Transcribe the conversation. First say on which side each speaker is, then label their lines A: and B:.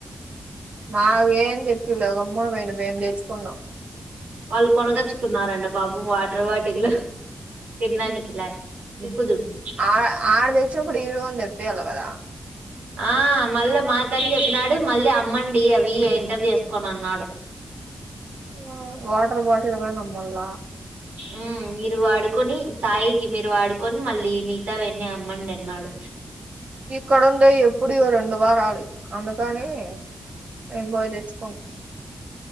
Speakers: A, on the right (about 60°); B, on the right (about 85°).
A: మాగేం తెప్పియలే గమ్మునా పోయినం మేము తేచుకున్నాం.
B: వాళ్ళు కొనగచ్చుకున్నరంట పాపం వాటర్ బాటిళ్ళు తిన్నానికి లా ముక్కుతుడుసు
A: ఆ ఆడ్ తెచ్చ అప్పుడు ఈడు గూడ తెప్పియల్ కదా!
B: ఆ మళ్ళా మాకని చెప్పినాడు. మళ్ళీ అమ్మండి అవి ఇంటర్ చేసుకోని అన్నాడు.
A: ఆ వాటర్ బాటిళ్లు కొని అమ్మల్ల
B: ఉమ్ మీరు వాడుకొని తాయికి మీరు వాడుకొని మళ్ళీ మిగతా వన్నీ అమ్మండి అన్నాడు.
A: ఈ ఇక్కడ ఉండేది ఎప్పుడు ఇగ రెండు వారాలి అందుకని నేను బోయి తెచ్చకున్న